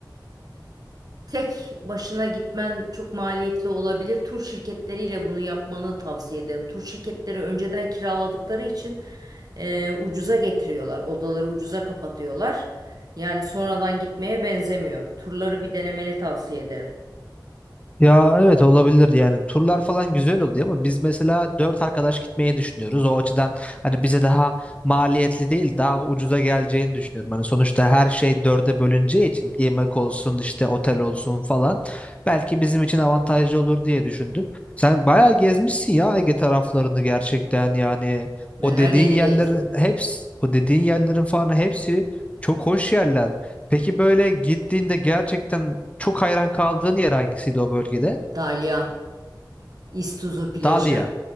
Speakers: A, on the right (about 55°); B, on the left (about 15°).
A: Tek başına gitmen çok maliyetli olabilir. Tur şirketleriyle bunu yapmanı tavsiye ederim. Tur şirketleri önceden kiraladıkları için e, ucuza getiriyorlar. Odaları ucuza kapatıyorlar. Yani sonradan gitmeye benzemiyor. Turları bir denemeni tavsiye ederim.
B: Ya evet olabilir yani turlar falan güzel oluyor ama biz mesela dört arkadaş gitmeyi düşünüyoruz. O açıdan hani bize daha maliyetli değil daha ucuza geleceğini düşünüyorum. Hani sonuçta her şey dörde bölüneceği için yemek olsun işte otel olsun falan belki bizim için avantajlı olur diye düşündüm. Sen bayağı gezmişsin ya Ege taraflarını gerçekten yani
A: Ben
B: o
A: her
B: dediğin
A: yeri
B: yerlerin
A: gezdim.
B: hepsi o dediğin yerlerin falan hepsi çok hoş yerler. Peki böyle gittiğinde gerçekten çok hayran kaldığın yer hangisiydi o bölgede?
A: Dalyan, İztuzu plajı,
B: Dalia.